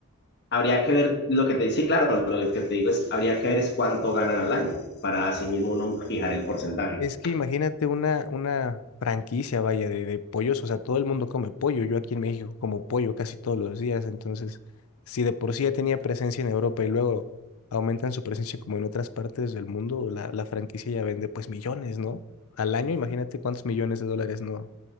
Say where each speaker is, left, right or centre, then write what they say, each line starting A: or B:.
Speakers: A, on the left; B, on the left.
A: habría que ver lo que te dice, claro, lo que te digo es, habría que ver es cuánto ganan al año para así mismo uno fijar el porcentaje.
B: Es que imagínate una, una franquicia, vaya, de, de pollos, o sea, todo el mundo come pollo, yo aquí en México como pollo casi todos los días, entonces, si de por sí ya tenía presencia en Europa y luego aumentan su presencia como en otras partes del mundo, la, la franquicia ya vende pues millones, ¿no? Al año, imagínate cuántos millones de dólares no,